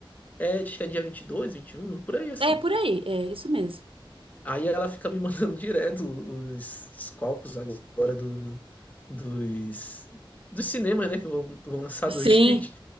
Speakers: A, on the left; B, on the right.
A: É, acho que é dia 22, um por aí assim.
B: É, por aí, é isso mesmo.
A: Aí ela fica me mandando <laughs> direto os, os copos agora do, dos, dos cinemas, né? Que vão, vão lançar do
B: Sim,
A: Street.